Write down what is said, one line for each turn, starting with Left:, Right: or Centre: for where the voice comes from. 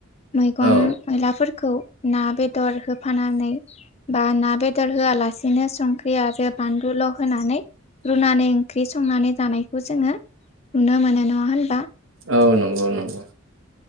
Left: मैगं
Right: औ
Left: मैलाफोरखौ ना बेदर होफानानै बा ना बेदर होआलासिनो सं बे आ बान ज' होनानै रुनानै ओंख्रि संनानै जानायखौ जोङो नुनो मोनो नङा होनबा
Right: औ नंगौ नंगौ